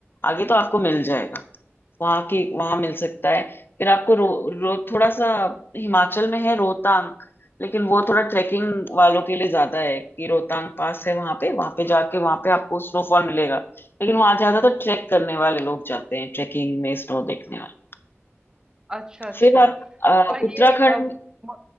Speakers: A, on the left; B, on the right.
A: आगे तो आपको मिल जाएगा वहां की वहां मिल सकता है फिर आपको रो, रो थोड़ा सा हिमाचल में है रोहतांग लेकिन वो थोड़ा ट्रेकिंग वालों के लिए ज्यादा है कि रोहतांग पास है वहां पे वहां पे जाके वहां पे आपको स्नोफॉल मिलेगा लेकिन वहां ज्यादातर ट्रैक करने वाले लोग जाते हैं ट्रेकिंग में स्नो देखने वाले
B: अच्छा अच्छा
A: फिर आप अ,
B: और ये
A: उत्तराखंड
B: अ, म-